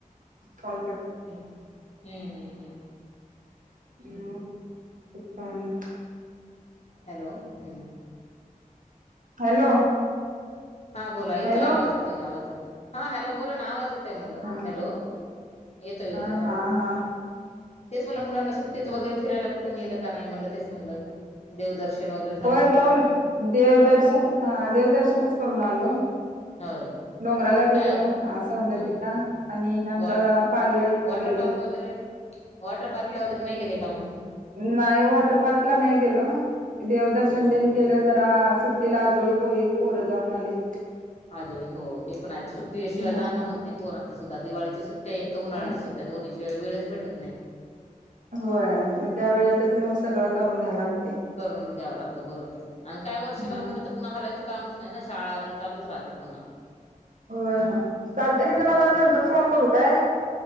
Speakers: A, on the right; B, on the left.
A: कॉल
B: हम्म हम्म हम्म हम्म.
A: म उतण <unintelligible>
B: हॅलो हम्म
A: हॅलो
B: हा बोला येतोय
A: हॅलो
B: आवाज येतोय आवाज येतोय हा हॅलो बोला ना आवाज येतो. येतोय म्हणलं
A: हा
B: हॅलो येतोय येतोय
A: हा
B: आवाज
A: हा
B: येतो.
A: हा
B: तेच म्हणलं मुलांना सुट्टीत वगैरे फिरायला कुठ ने का नाही म्हणलं तेच म्हणलं. देवदर्शन वगैरे झालं
A: होय
B: म्हणतात
A: जाऊन
B: ना.
A: देवदर्शन हा देवदर्शनच करून आलो.
B: होय.
A: डोंगराला
B: काय
A: गेलो
B: हम्म
A: हा सौंदतीला आणि आमच्या
B: वॉटर
A: पालीला इकडे
B: वॉटर
A: गेलो
B: पार्क वगैरे वॉटर पार्क ला वगैरे नाही गेले का मग?
A: नाही वॉटर पार्क ला नाही गेलो देवदर्शन
B: हम्म
A: त्यांनी केलं जरा सुट ती ला आजोळी पोरी पोरे जाऊन आलीत.
B: आजोळी हो ते पण आहेत सुट्टीशिवाय
A: हा
B: जाणं
A: हा
B: होत नाही पोरांच सुद्धा दिवाळीची सुट्टी आहे एक तर उन्हाळ्याच्या
A: हा
B: सुट्टी त्या दोन्ही शिवाय वेळच भेटत नाही.
A: होय मग त्या वेळेतच मग सगळं करून घ्याय लागतय
B: करून घ्यावं लागतं बरोबरंय आणि काय वर्षभर
A: हा
B: म्हणलं तर पुन्हा हलायचं कामच नाही ना शाळा ते चालूच राहतात पुन्हा
A: होय
B: हम्म
A: होय चालतय मी तुम्हाला
B: हम्म
A: नंतर फोन करू काय?